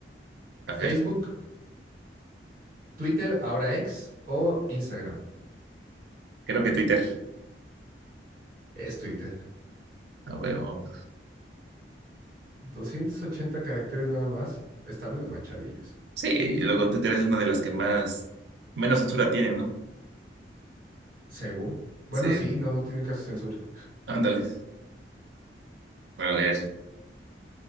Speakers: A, on the right (about 70°); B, on the right (about 55°).
A: a
B: ¿Facebook,
A: ver.
B: Twitter, ahora X o Instagram?
A: Creo que Twitter.
B: Es Twitter.
A: A huevo.
B: 280 caracteres nada más. Está medio manchadillo eso.
A: Sí, y luego Twitter es una de las que más, menos censura tienen, ¿no?
B: Según. Bueno,
A: Sí,
B: sí, no, no tiene casi censura.
A: ándale. A ver.